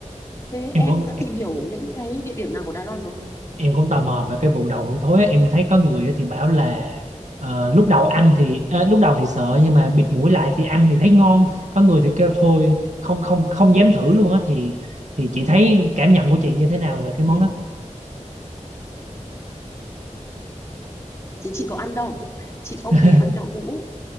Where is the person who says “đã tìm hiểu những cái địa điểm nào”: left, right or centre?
Left